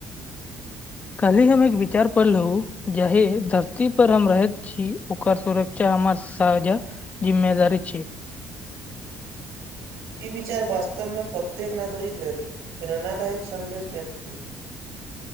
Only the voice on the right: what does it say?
ई विचार वास्तवमे प्रत्येक नागरिक लेल प्रेरणादायक सन्देश दैत छै